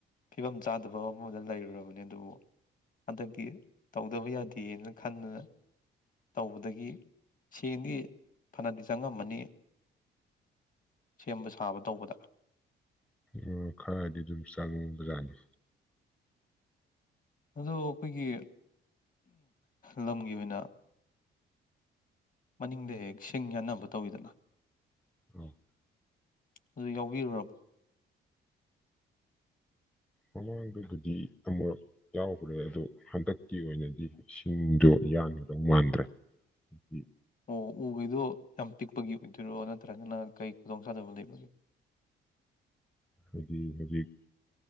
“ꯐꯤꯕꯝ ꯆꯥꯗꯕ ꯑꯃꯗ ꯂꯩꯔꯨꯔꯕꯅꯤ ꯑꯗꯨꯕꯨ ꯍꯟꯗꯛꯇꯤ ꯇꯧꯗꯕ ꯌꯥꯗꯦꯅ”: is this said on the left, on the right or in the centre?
Left